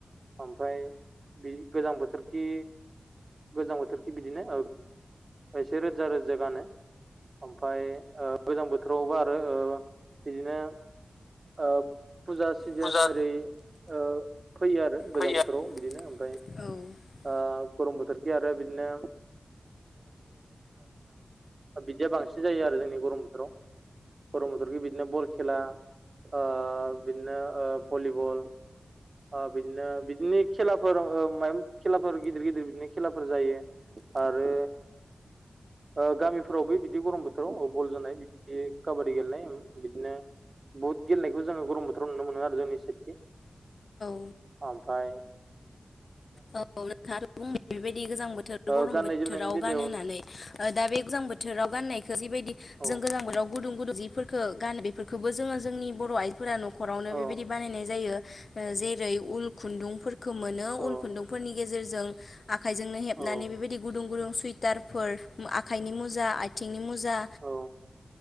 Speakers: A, on the right; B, on the left.
A: ओमफ्राय बे गोजां बोथोरखि गोजां बोथोरखि बिदिनो एसे रोजा रोजा गानो। <unintelligible> <unintelligible>
B: फुजा फैयो <unintelligible>
A: ओ गरम बोथोरखै आरो बिदिनो बिदिया बांसिन जायो आरो जोंनि गरम बोथोराव। गरम बोथोरखै बिदिनो बल खेला ओ बिदिनो ओ भलिबल। ओ बिदिनो बिदिनो खेलाफोर ओ माय खेलाफोर गिदिर गिदिर बिदिनो खेलाफोर जायो। आरो ओ गामिफोरावबो बिदि गरम बोथोराव बल जोनाय बिदि काबादि गेलेनाय बिदिनो बुहुत गेलेखौ गरम बोथोरव नुनो मोनो आरो जोंनि सायदथि।
B: औ
A: ओमफाय
B: औ नोंथाङाथ बुंबाय बेबायदि गोजां बोथोर,
A: ओ
B: गरम
A: गाननाय
B: बोथोराव
A: जोमनायनि बेलायाव
B: गानो होननानै ओ दा बे गोजां बो थोराव गाननायखो जिबायदि
A: औ
B: जों गोजां बोथोराव गुदुं गुदुं जिफोरखो गानो बेफोरखोबो जोंङो जोंनि बर' आइ फोरा न'खरावनो
A: औ
B: बेबायदि बानायनाय जायो। जेरै उल खुन्दुंफोर
A: औ
B: खुन्दुंफोरनि गेजेरजों आखाइजोंनो हेबनानै
A: औ
B: बेबायदि गुदुं गुदुं सुइटारफोर आखाइनि मु मुजा आइथिंनि मुजा
A: औ